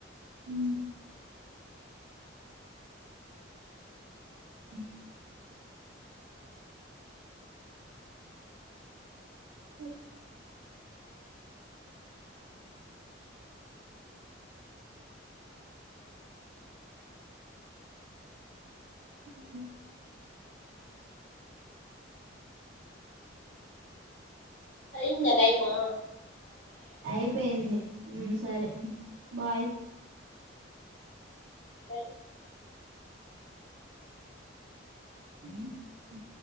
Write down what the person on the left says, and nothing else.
అయిందా టైము
బై